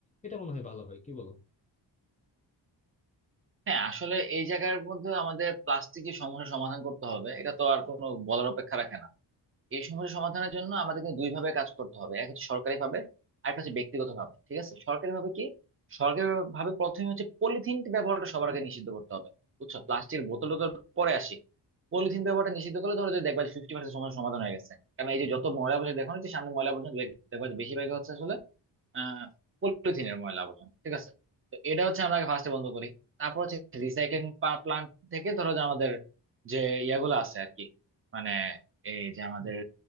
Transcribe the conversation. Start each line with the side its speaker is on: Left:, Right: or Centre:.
Left: এটা মনে হয় ভালো হয় কি বলো
Right: হ্যাঁ আসলে এই জায়গার মধ্যে আমাদের প্লাস্টিকের সমস্যা সমাধান করতে হবে এটা তো আর কোনো বলার অপেক্ষা রাখে না এই সমস্যা সমাধানের জন্য আমাদের কিন্তু দুই ভাবে কাজ করতে হবে এক হচ্ছে সরকারি ভাবে আর একটা হচ্ছে
Left: হুম
Right: ব্যক্তিগত ভাবে ঠিক আছে সরকারি ভাবে কি সরকারি ভাবে প্রথমে হচ্ছে পলিথিন ব্যবহারটা সবার আগে নিষিদ্ধ করতে হবে বুঝছো প্লাস্টিকের বোতল টোতল পরে আসি পলিথিন ব্যবহারটা নিষিদ্ধ করলে ধরো যে দেখবা ফিফটি পার্সেন্ট সমস্যা সমাধান হয়ে গেছে কারণ এই যে যত ময়লা আবর্জনা দেখো না যে সামনে ময়লা আবর্জনা দেখ- দেখবা যে বেশিরভাগ হচ্ছে আসলে আহ পলিথিনের ময়লা আবর্জনা ঠিক আছে তো এটা হচ্ছে আমরা আগে ফার্স্টে বন্ধ করি তারপর হচ্ছে রিসাইক্লিং প্লান্ট থেকে ধরো যে আমাদের যে ইয়াগুলো আছে আর কি মানে এই যে আমাদের
Left: হুম